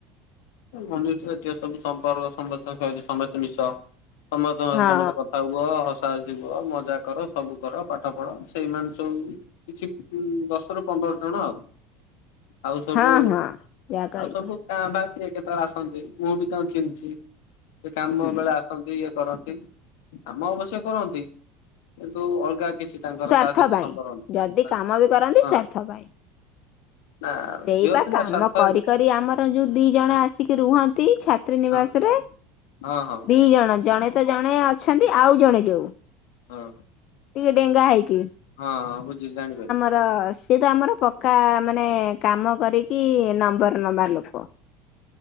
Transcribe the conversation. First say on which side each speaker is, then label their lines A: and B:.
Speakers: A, on the left; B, on the left.
A: ମନେଯଛି ସବୁ ସମ୍ପର୍କ <unintelligible> ସମସ୍ତେ ମିଶ ସମସ୍ତେ
B: ହଁ
A: ସମସ୍ତେ କଥା ହୁ। ହୁଅ ହସା ହସିବୁହ ମଜା କର ସବୁ କର ପାଠ ପଢ ସେଇମାନେ ସବୁ। କିଛି ଦଶ ରୁ ପନ୍ଦର ଜଣ ଆଉ। ଆଉ ସବୁ
B: ହଁ ହଁ ଯାହା କହିଲୁ
A: ଆଉ ସବୁ କାଁ ବା କିଏ କେତେବେଳେ ଆସନ୍ତି ମୁଁ ବି ତଙ୍କୁ ଚିନିଛି ସେ
B: ହୁଁ
A: କାମ ବେଳେ ଆସନ୍ତି ଇଏ କରନ୍ତି କାମ ଅବଶ୍ୟ କରନ୍ତି କିନ୍ତୁ ଅଲଗା କିଛି ତାଙ୍କର
B: ସ୍ଵାର୍ଥ
A: କାହା ସହିତ
B: ପାଇଁ
A: ସମ୍ଭବ ହ
B: ଯଦି କାମ ବି କରନ୍ତି ସ୍ଵାର୍ଥ
A: ହଁ
B: ପାଇଁ
A: ନା
B: ସେଇ
A: ଝିଅ
B: ବା
A: ପିଲା
B: କାମ
A: ସ୍ୱାର୍ଥ
B: କରି କରି ଆମର ଯୋଉ ଦି ଜଣ ଆସିକି ରୁହନ୍ତି ଛାତ୍ରୀ ନିବାସ
A: ହଁ
B: ରେ
A: ହଁ ହଁ
B: ଦି ଜଣ ଜଣେ ତ ଜଣେ ଅଛନ୍ତି ଆଉ ଜଣେ ଯୋଉ
A: ହଁ
B: ଟିକେ ଡେଙ୍ଗା ହେଇକି
A: ହଁ ହଁ ବୁଝି ଜାଣିପାଇନି
B: <unintelligible> ସିଏ ତ ଆମର ପକ୍କା ମାନେ କାମ କରିକି ନମ୍ବର ନମ୍ବାର ଲୋକ